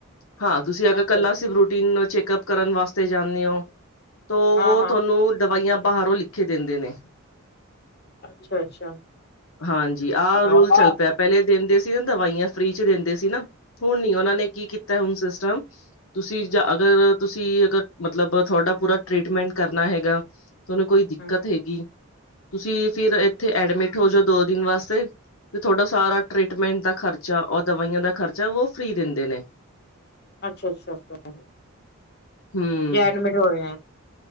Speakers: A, on the left; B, on the left.
A: ਹਾਂ ਤੁਸੀਂ ਅਗਰ
B: ਅੱਛਾ
A: ਕੱਲਾ
B: ਅੱਛਾ
A: ਸਿਰਫ ਰੂਟੀਨ ਚੈੱਕਅਪ ਕਰਨ ਵਾਸਤੇ ਜਾਂਦੇ ਓ ਤੋ
B: ਹਾਂ
A: ਵੋ
B: ਹਾਂ
A: ਤੁਵਾਨੂੰ ਦਵਾਈਆਂ ਬਾਹਰੋਂ ਲਿਖਕੇ ਦੇਂਦੇ ਨੇ।
B: ਅੱਛਾ ਅੱਛਾ
A: ਹਾਂਜੀ, ਆਹ
B: ਹੂੰ
A: ਰੂਲ ਚੱਲ ਪਿਐ ਪਹਿਲੇ ਦੇਂਦੇ ਸੀ ਹੁਨ ਦਵਾਈਆਂ ਫ੍ਰੀ ਚ ਦੇਂਦੇ ਸੀ ਨਾ, ਹੁਨ ਨੀ। ਓਹਨਾਂ ਨੇ ਕੀ ਕੀਤੈ ਹੁਨ ਸਿਸਟਮ ਤੁਸੀਂ ਜਾਂ ਅਗਰ ਤੁਸੀਂ ਅਗਰ ਮਤਲਬ ਤੁਹਾਡਾ ਪੂਰਾ ਟ੍ਰੀਟਮੈਂਟ ਕਰਨਾ ਹੈਗਾ ਤੁਹਾਨੂੰ ਕੋਈ ਦਿੱਕਤ
B: ਹੂੰ
A: ਹੈਗੀ, ਤੁਸੀਂ ਫਿਰ ਇੱਥੇ ਐਡਮਿਟ ਹੋ ਜਾਓ, ਦੋ ਦਿਨ ਵਾਸਤੇ ਤੇ ਤੁਹਾਡਾ ਸਾਰਾ ਟਰੀਟਮੈਂਟ ਦਾ ਖਰਚਾ ਔਰ ਦਵਾਈਆਂ ਦਾ ਖਰਚਾ ਵੋ ਫ੍ਰੀ ਦੇਂਦੇ ਨੇ।
B: ਅੱਛਾ ਅੱਛਾ <unintelligible>
A: ਹਮ
B: ਵੈਰ ਮਿਟੌਨੇ